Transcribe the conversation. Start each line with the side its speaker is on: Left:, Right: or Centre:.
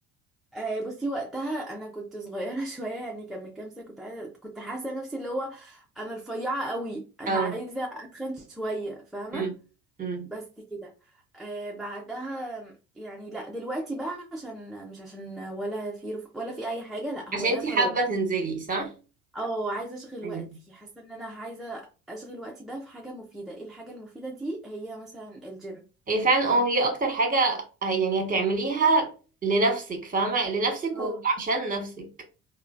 Centre: آه، بصي وقتها انا كنت صغيرة <laughs> شوية يعني كان من كام سنة كنت عايزة كنت حاسة نفسي اللي هو انا رفيعة قوي انا
Right: اه
Centre: عايزة اتخن شوية فاهمة
Right: امم امم
Centre: بس كده آه بعدها يعني لا دلوقتي بقى عشان مش عشان ولا في رف... ولا في اي حاجة لا هو
Right: عشان
Centre: ده
Right: انتي
Centre: فراغ
Right: حابة تنزلي صح
Centre: اه عايزه اشغل
Right: ايوه
Centre: وقتي حاسه ان انا عايزه اشغل وقتي ده في حاجه مفيده ايه الحاجه المفيده دي هي مثلا الجيم
Right: هي فعلا
Centre: فاهمة؟
Right: اه هي اكتر حاجة آه، يعني هتعمليها لنفسك فاهمة لنفسك
Centre: اه
Right: وعشان نفسك